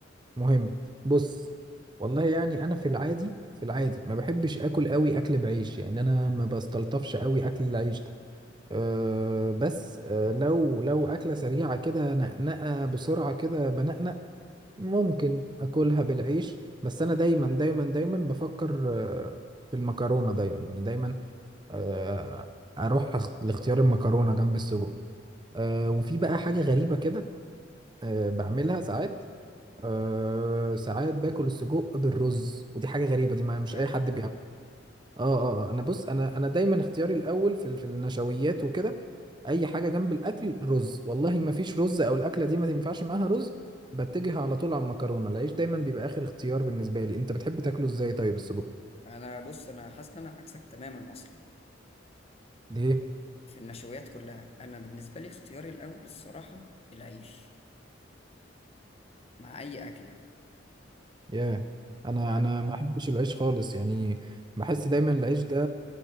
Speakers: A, on the right; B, on the left.
A: مهم بص والله يعني انا في العادي في العادي ما بحبش اكل قوي اكل بعيش يعني انا ما بستلطفش قوي اكل العيش ده أه بس أه لو لو اكله سريعه كده نقنقه بسرعه كده بنقنق ممكن اكلها بالعيش بس انا دايما دايما دايما بفكر آه، في المكرونه دايما يعني دايما آه، اروح أخ- لاختيار المكرونه جنب السجق آه، وفي بقى حاجه غريبه كده آه، بعملها ساعات آه، ساعات باكل السجق بالرز ودي حاجه غريبه دي ما مش
B: يعني
A: اي حد اه اه آه، انا بص انا انا دايما اختياري الاول في ال- في النشويات وكده اي حاجه جنب الاكل رز والله ما فيش رز او الاكله دي ما ينفعش معاها رز بتجه على طول على المكرونه العيش دايما بيبقى اخر اختيار بالنسبه لي انت بتحب تاكله ازاي طيب السجق
B: أنا بص أنا حاسس إن أنا عكسك تماما أصلا
A: ليه
B: في النشويات كلها انا بالنسبه لي اختياري الاول الصراحه العيش مع اي اكله
A: ياه انا
B: بع-
A: انا ما احبش العيش خالص يعني بحس دايما العيش ده